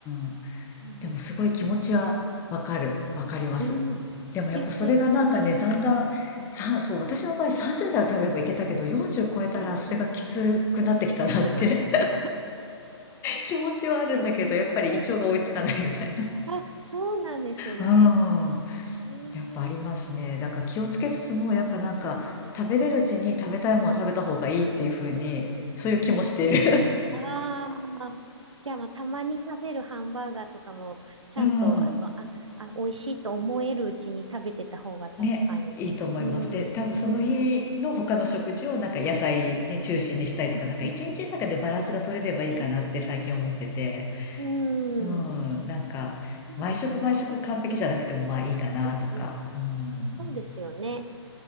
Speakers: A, on the left; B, on the right.
A: ん。
B: も
A: でもすごい気持ちはわかる。わかります。
B: う、うん。うんですよ。
A: でもやっぱそれがなんかね、だんだん、さ、そう、私の場合30代は多分やっぱいけたけど、40超えたらそれがきつくなってきたなって
B: うんうん。え
A: 気持ちはあるんだけど、
B: ー
A: やっぱり胃腸が追いつかないみたい
B: あ、そうなんですね。
A: な。うん。
B: えー
A: やっぱありますね。だから気をつけつつも、やっぱなんか、食べれるうちに食べたいものは食べた方がいいっていう風に、
B: うんうん。
A: そういう気もしている。
B: ああ。じゃあ、まあ、たまに食べるハンバーガーとかも、ちゃんと、
A: <laughs> うん。
B: あの、あ、あ、美味しいと思えるうちに食べてた方が確かに。
A: <laughs> ね。いいと思います。
B: うん。
A: で、多分その日の他の食事をなんか野菜ね、
B: うん。
A: 中心にしたりとか、
B: うん
A: なんか一日の中でバランスが取れればいいかなって最近思ってて。
B: ね。うん。
A: うん。なんか、
B: あそうですよ。
A: 毎食毎食完璧じゃなくてもまあいいかなとか。
B: うんうん。
A: うん。
B: そうですよね。